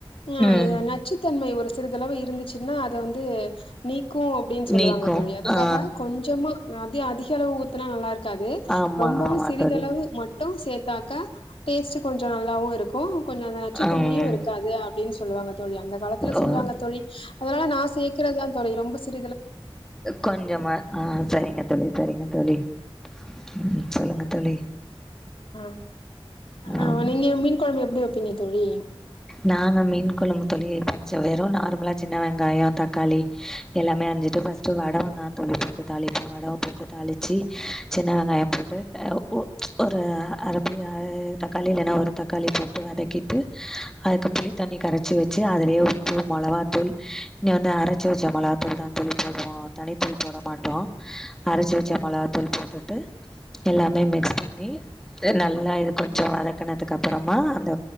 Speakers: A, on the left; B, in the centre.
A: அ
B: ம்
A: நச்சுத்தன்மை ஒரு சிறிதளவு இருந்துச்சுன்னா அத வந்து நீக்கும் அப்படின்னு சொல்லுவாங்க
B: நீக்கு
A: தோழி அதுக்காக
B: ஆ
A: கொஞ்சமா நான் அதி-அதிக அளவு ஊத்துனா நல்லா இருக் இருக்காது
B: ஆமா
A: ரொம்பவு
B: ஆமா
A: சிறிதளவு
B: தோழி
A: மட் சேர்த்தாக்க டேஸ்ட் <inaudible> கொஞ்சம் நல்லாவு இருக்கும் கொஞ்சம் அந்த நச்சுத்தன்மையு
B: ம்
A: இருக்காது அப்டின்னு சொல்லுவாங்க தோழி அந்த காலத்துல
B: ஓ
A: சொல்லுவாங்க தோழி அதனால நான் சிக்கறது தொழி ரொம்ப சிம்
B: கொஞ்சமா ஆ சரிங்க தோழி சரிங்க தோழி. உம் சொல்லுங்க தோழி
A: ஆஹ். அ
B: ஆம்
A: ஆமா நீங்க மீன் குழம்பு எப்டி வைப்பீங்க? தோழி
B: நாங்க மீன் குழம்பு தொளி பச்சை வெறும் நார்மலா சின்ன வெங்காயம் தக்காளி எல்லாமே அரிஞ்சிட்டு ஃபர்ஸ்ட்டு வடவ தான் தோளி போட்டு தாளிப்போம் வடவம் போட்டு தாளிச்சு சின்ன வெங்காயம் போட்டு அ ஒ-ஒரு அறு அரை தக்காளி இல்லைன்னா ஒரு தக்காளி போட்டு வதக்கிட்டு. அதுக்கு புளித்தண்ணி கரைச்சி வச்சு அதுலயே உப்பு மிளகாத்தூள் இன்ன வந்து அரச்சி வச்ச மிளகாத்தூள் தான் தூள் போடுவோ தனித்தூள் போட மாட்டோ அரச்சி வச்ச மிளகாத்தூள் போட்டுட்டு எல்லாமே மிக்ஸ் பண்ணி நல்லா இது கொஞ்சோ வதக்கனதுக்கு அப்றமா அந்த